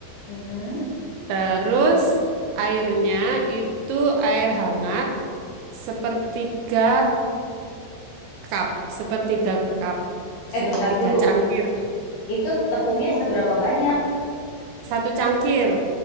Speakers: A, on the left (about 60°); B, on the right (about 80°).
A: mm-mm.
B: Terus airnya itu air hangat sepertiga cup, sepertiga cup,
A: Eh,
B: sepertiga
A: bentar dulu.
B: cangkir.
A: Itu tepungnya seberapa banyak?
B: Satu cangkir.